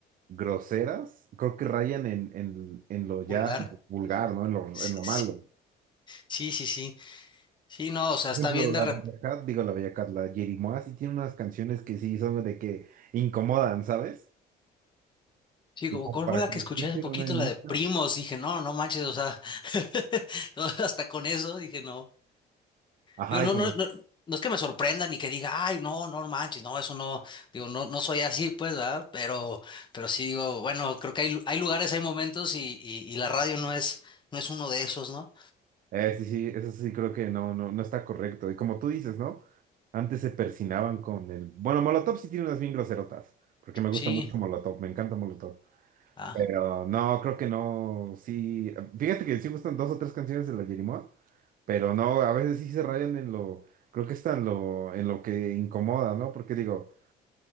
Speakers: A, on the right; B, on the left.
A: groseras, creo que rayan en, en, en lo ya
B: vulgar.
A: vulgar, ¿no? En lo,
B: Sí,
A: en lo malo.
B: sí, sí, sí, sí, Sí, no, o sea,
A: Por
B: está
A: ejemplo,
B: bien de
A: la
B: rep-
A: Bella Cat, digo la Bella Cat, la Yerimoa sí tiene unas canciones que sí son de que incomodan, ¿sabes?
B: Sí,
A: Y
B: como
A: como
B: cuál
A: para
B: fue la
A: que
B: que
A: lo
B: escuché
A: escuche
B: hace poquito,
A: una niña.
B: la de Primos, dije, no, no manches, o sea, <laughs> no, hasta con eso, dije, no.
A: Ajá,
B: Digo, no,
A: y como,
B: no, no, no es que me sorprenda ni que diga, ay, no, no manches, no, eso no, digo, no, no soy así, pues, ¿verdad? Pero, pero sí digo, bueno, creo que hay, lu- hay lugares, hay momentos y, y, y la radio no es, no es uno de esos, ¿no?
A: eh, sí, sí, eso sí creo que no, no, no está correcto. Y como tú dices, ¿no? Antes se persinaban con el... Bueno, Molotov sí tiene unas bien groserotas, porque me gusta
B: Sí,
A: mucho Molotov, me encanta Molotov.
B: ah,
A: Pero no, creo que no, sí... Fíjate que sí gustan dos o tres canciones de la Yerimoa, pero no, a veces sí se rayan en lo... Creo que está en lo, en lo que incomoda, ¿no? Porque digo,